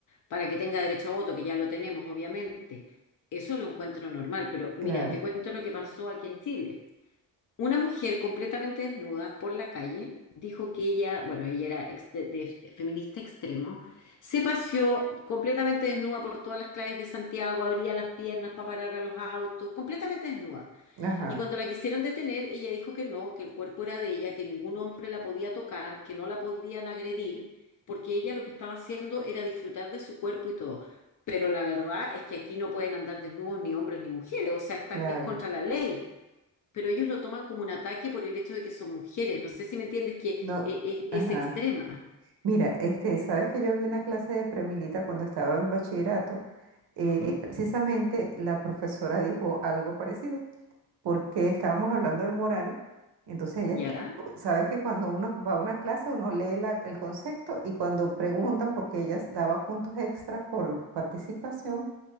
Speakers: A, on the left (about 50°); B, on the right (about 80°).
A: para que tenga derecho a voto, que ya lo tenemos, obviamente, eso lo encuentro normal. Pero mira,
B: claro,
A: te cuento lo que pasó aquí en Chile. Una mujer completamente desnuda por la calle dijo que ella, bueno, ella era ex- de- de- de feminista extremo, se paseó completamente desnuda por todas las calles de Santiago, abría las piernas para parar a los autos, completamente desnuda.
B: ajá,
A: Y cuando la quisieron detener, ella dijo que no, que el cuerpo era de ella, que ningún hombre la podía tocar, que no la podían agredir, porque ella lo que estaba haciendo era disfrutar de su cuerpo y todo. Pero la verdad es que aquí no pueden andar desnudos ni hombres ni mujeres, o sea, está,
B: claro.
A: es contra la ley pero ellos lo toman como un ataque por el hecho de que son mujeres. No sé si me entiendes que
B: No,
A: e- e-
B: ajá.
A: es, extrema.
B: Mira, este, sabes que yo vi una clase de premilitar cuando estaba en bachillerato.
A: Ujú,
B: Precisamente la profesora dijo algo parecido, porque estábamos hablando de moral. Entonces ella,
A: Ya,
B: está- sabes que cuando uno va a una clase, uno lee la- el concepto y cuando preguntan, porque ella daba puntos extra por participación,